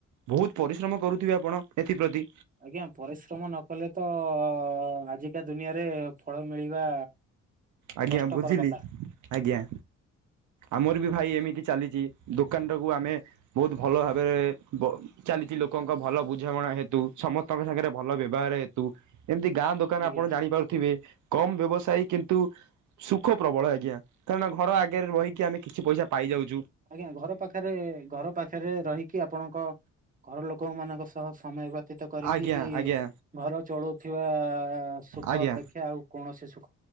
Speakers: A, on the right (about 75°); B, on the right (about 25°).
A: ବହୁତ ପରିଶ୍ରମ କରୁଥିବେ ଆପଣ ଏଥିପ୍ରତି।
B: ଆଜ୍ଞା ପରିଶ୍ରମ ନ କଲେ ତ ଆଜିକା ଦୁନିଆରେ ଫଳ ମିଳିବା।
A: ଆଜ୍ଞା
B: କଷ୍ଟକର
A: ବୁଝିଲି
B: କଥା
A: ଆଜ୍ଞା ଆମର ବି ଭାଇ ଏମିତି। ଚାଲିଛି ଦୋକାନଟାକୁ ଆମେ ବହୁତ ଭଲ ଭାବରେ ବ ଚାଲିଛି ଲୋକଙ୍କ ଭଲ ବୁଝାମଣା। ପା ହେତୁ ସମସ୍ତଙ୍କ ସାଙ୍ଗରେ ଭଲ ବ୍ୟବହାର ହେତୁ। ଏମିତି ଗାଁ ଦୋକାନ
B: ଆଜ୍ଞା।
A: ଆପଣ ଜାଣିପାରୁଥିବେ କମ ବ୍ୟବସାୟୀ କି ତୁ ସୁଖ ପ୍ରବଳ ଆଜ୍ଞା କାରଣ ଘର ଆଗରେ ରହିକି ଆମେ କିଛି ପଇସା ପାଇଯାଉ।
B: ଆଜ୍ଞା ଘର ପାଖରେ ଘର ପାଖରେ ରହିକି ଆପଣଙ୍କ ଘର ଲୋକ କ ମାନଙ୍କ ସହ ସମୟ ବ୍ୟତୀତ କରିକି
A: ଆଜ୍ଞା ଆଜ୍ଞା
B: ଘର ଚଳଉଥିବା ଅ ସୁଖ
A: ଆଜ୍ଞା
B: ଅପେକ୍ଷା ଆଉ କୌଣସି ସୁ